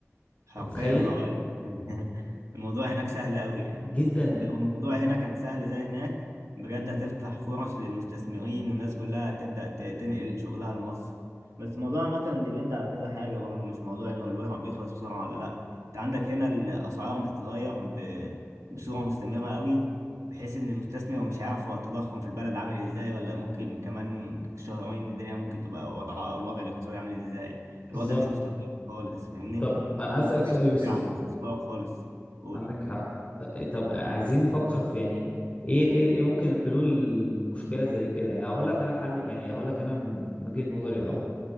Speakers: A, on the right (about 75°); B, on the left (about 20°).
A: حرفيا
B: انت متخيل
A: اه يعني. <laughs> الموضوع هناك سهل قوي يعني
B: جدا
A: لو الموضوع هنا كان سهل زي هناك بجد هتفتح فرص للمستثمرين والناس كلها هتبدأ ت- تنقل شغلها لمصر بس الموضوع عامة ديبند على كذا حاجة برضه مش موضوع انه الورق بيخلص بسرعة ولا لا انت عندك هنا الأسعار بتتغير ب- بصورة مستمرة قوي بحيث ان المستثمر مش عارف هو التضخم في البلد عامل ازاي ولا ممكن كمان شهرين الدنيا ممكن تبقى وضعها الوضع الاقتصادي عامل ازاي الوضع
B: بالظبط
A: مش مستقر خالص فاهمني
B: طب انا عايز اسالك سؤال
A: مش
B: يا
A: حاجة
B: يوسف
A: عن الاستثمار خالص قول
B: عندك حق ط- طب عايزين نفكر في يعني ايه ايه ايه ممكن الحلول المشكله زي كده يعني هقول لك انا حل يعني هقول لك انا من وجهه نظري الاول